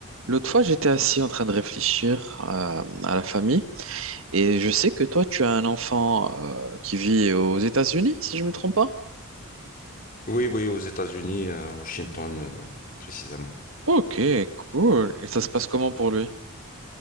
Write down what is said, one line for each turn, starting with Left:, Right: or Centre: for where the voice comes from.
Right: L'autre fois, j'étais assis en train de réfléchir euh, à la famille et je sais que toi, tu as un enfant euh, qui vit aux États-Unis, si je me trompe pas.
Left: Oui, oui, aux États-Unis, euh, à Washington, euh, précisément.
Right: Ok, cool. Et ça se passe comment pour lui?